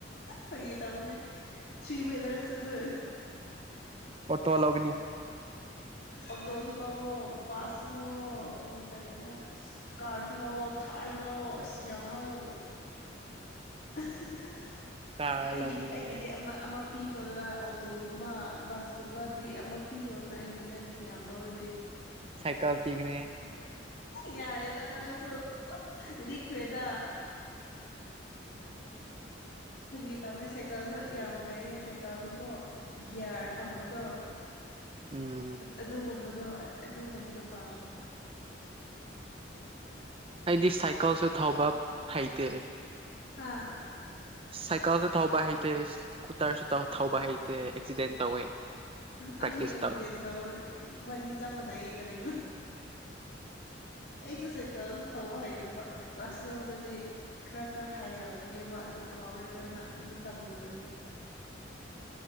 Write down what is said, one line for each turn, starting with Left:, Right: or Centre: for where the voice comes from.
Left: ꯐꯒꯤꯇꯧꯕꯅꯦ ꯊ꯭ꯔꯤꯋꯤꯂꯔꯁꯨ ꯑꯗꯨ
Right: ꯑꯣꯇꯣ ꯂꯧꯒꯅꯤ
Left: ꯑꯣꯇꯣꯁꯨ ꯂꯧꯑꯣ ꯕꯁꯁꯨ ꯂꯧꯑꯣ ꯀꯔꯤꯔꯥ ꯀꯥꯔꯁꯨ ꯂꯧꯑꯣ ꯊꯥꯔꯁꯨ ꯂꯧꯑꯣ ꯑꯁ ꯌꯝ ꯂꯧꯑꯣ <unintelligible>
Right: ꯀꯥꯔ
Left: ꯑꯩꯒꯤ
Right: ꯂꯧꯅꯤꯡꯉꯦ
Left: ꯑꯩꯒꯤꯗꯤ ꯑꯃ ꯑꯃ ꯄꯤꯈ꯭ꯔꯣꯗꯅ ꯑꯣꯇꯣꯒꯨꯝꯕ ꯕꯁꯀꯨꯝꯕꯗꯤ ꯑꯃ ꯄꯤꯈ꯭ꯔꯣꯅ ꯑꯩꯒꯤ ꯅꯪ ꯌꯥꯝ ꯂꯧꯔꯗꯤ
Right: ꯁꯥꯏꯀꯜ ꯄꯤꯒꯅꯤ
Left: ꯌꯥꯔꯦꯗ ꯅꯪꯁꯨ ꯂꯤꯛꯈ꯭ꯔꯦꯗ ꯐꯒꯤ ꯇꯧꯕꯅꯦ ꯁꯥꯏꯀꯜꯁꯨ ꯌꯥꯝ ꯐꯩꯌꯦ ꯁꯥꯏꯀꯜꯁꯨꯀꯣ ꯒꯤꯌꯥꯔ ꯊꯝꯕꯗꯣ
Right: ꯎꯝ
Left: ꯑꯗꯨꯒꯨꯝꯕ ꯗꯣ ꯑꯗꯨꯒꯨꯝꯕꯗꯣ ꯄꯥꯝꯃꯦ
Right: ꯗꯤ ꯁꯥꯏ ꯀꯜꯁꯨ ꯊꯧꯕ ꯍꯩ ꯇꯦ
Left: ꯍꯥꯥ
Right: ꯁꯥꯏꯀꯜꯁꯨ ꯊꯧꯕ ꯍꯩꯇꯦ ꯁ꯭ꯀꯨꯇꯔꯁꯨ ꯊꯧ ꯊꯧꯕ ꯍꯩꯇꯦ ꯑꯦꯛꯁꯤꯗꯦꯟ ꯇꯧꯋꯦ
Left: ꯑꯩꯁꯨꯁꯨ
Right: ꯄ꯭ꯔꯦꯛꯇꯤꯁ
Left: ꯑꯦꯁꯤꯗꯦꯟ
Right: ꯇꯧꯔꯒ
Left: ꯇꯧꯋꯦ ꯃꯕꯅꯤ ꯆꯞ ꯃꯅꯩꯌꯦ ꯀꯔꯤꯅꯣ ꯑꯩꯁꯨ ꯇ ꯊꯧꯕ ꯍꯩꯗꯕ ꯀ꯭ꯂꯥꯁ ꯇꯨꯋꯦꯜꯕꯇꯗꯤ ꯈꯔ ꯈꯔ ꯍꯩꯔꯛꯄꯅꯦꯕ ꯑꯗꯨ ꯀꯥꯎꯔꯦ ꯂꯣꯏꯅ ꯑꯃꯨꯛ ꯇꯝꯗꯕꯒꯤ